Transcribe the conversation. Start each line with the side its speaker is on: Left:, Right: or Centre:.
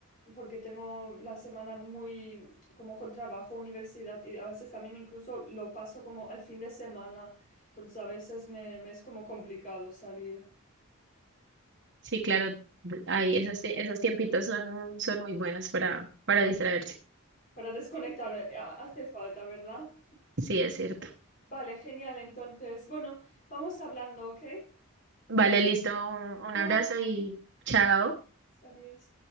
Left: porque tengo la semana muy como con trabajo, universidad y a veces también incluso lo paso como al fin de semana, entonces a veces me, me es como complicado salir.
Right: Sí, claro, ahí esos, tie- esos tiempitos son, son muy buenos para, para distraerse.
Left: Para desconectar eh, hace falta, ¿verdad?
Right: Sí, es cierto.
Left: Vale, genial. Entonces, bueno, vamos hablando, ¿ok?
Right: Vale, listo, un un
Left: Chao,
Right: abrazo
Left: adiós,
Right: y chao.
Left: adiós.